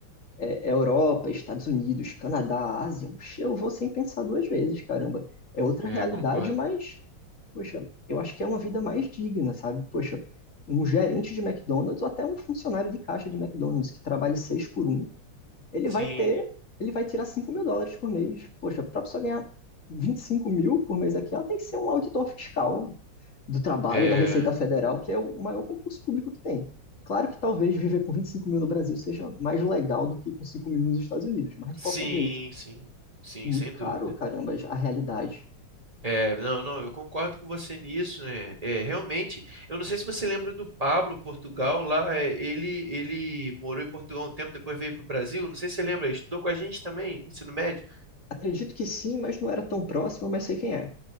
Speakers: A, on the left (about 40°); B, on the right (about 15°).
A: é, é Europa, Estados Unidos, Canadá, Ásia, oxe, eu vou sem pensar duas vezes, caramba. É outra
B: É,
A: realidade,
B: concordo.
A: mas, poxa, eu acho que é uma vida mais digna, sabe? Poxa, um gerente de McDonald's ou até um funcionário de caixa de McDonald's que trabalhe seis por um, ele
B: Sim,
A: vai ter, ele vai tirar 5 mil dólares por mês. Poxa, para a pessoa ganhar 25 mil por mês aqui, ela tem que ser um auditor fiscal do trabalho
B: é,
A: da Receita Federal, que é o maior concurso público que tem. Claro que talvez viver com 25 mil no Brasil seja mais legal do que com 5 mil nos Estados Unidos, mas de
B: sim,
A: qualquer jeito,
B: sim, sim,
A: muito
B: sem
A: caro,
B: dúvida.
A: caramba, a realidade.
B: É, não, não, eu concordo com você nisso, né? É, realmente, eu não sei se você lembra do Pablo, Portugal, lá, é, ele ele morou em Portugal um tempo, depois veio para o Brasil, não sei se você lembra, ele estudou com a gente também, no ensino médio.
A: Acredito que sim, mas não era tão próximo, mas sei quem é.